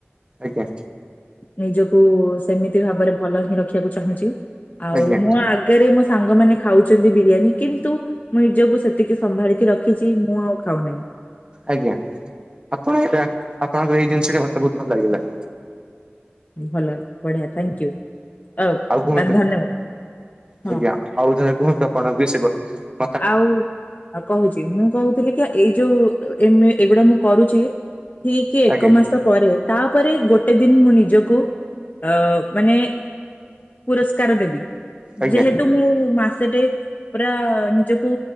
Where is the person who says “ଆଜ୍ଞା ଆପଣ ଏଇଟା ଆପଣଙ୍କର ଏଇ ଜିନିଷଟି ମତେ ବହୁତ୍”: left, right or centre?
Right